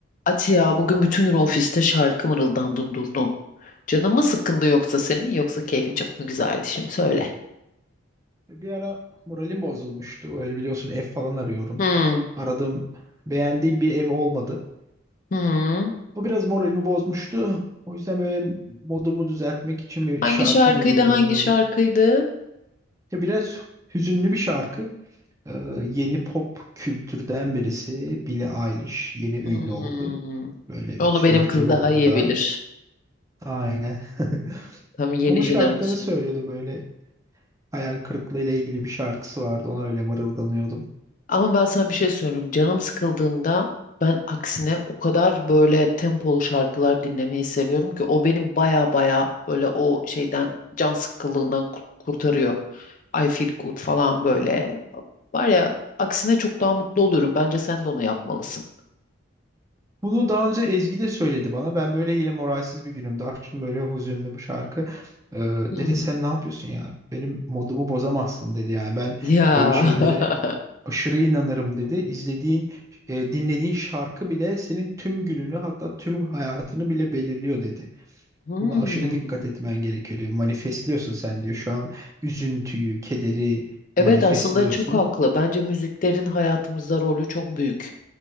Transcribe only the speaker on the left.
Ati ya bugün bütün gün ofiste şarkı mırıldandın durdun. Canın mı sıkkındı yoksa senin yoksa keyfin çok mu güzeldi şimdi söyle.
Hmm.
Hmm.
Hangi
şarkıydı
hangi şarkıydı?
Hmm.
Onu benim
kız
daha
iyi
bilir.
Tam yeni
jenerasyon.
Ama ben sana bir şey söyleyeyim. Canım sıkıldığında ben aksine o kadar böyle tempolu şarkılar dinlemeyi seviyorum ki o benim baya baya böyle o şeyden can sıkkınlığından kurt- kurtarıyor. I feel good falan böyle. Var ya aksine çok daha mutlu oluyorum. Bence sen de onu yapmalısın.
Hmm.
Ya.
<laughs>
Hmm.
Evet
aslında çok haklı. Bence müziklerin hayatımızda rolü çok büyük.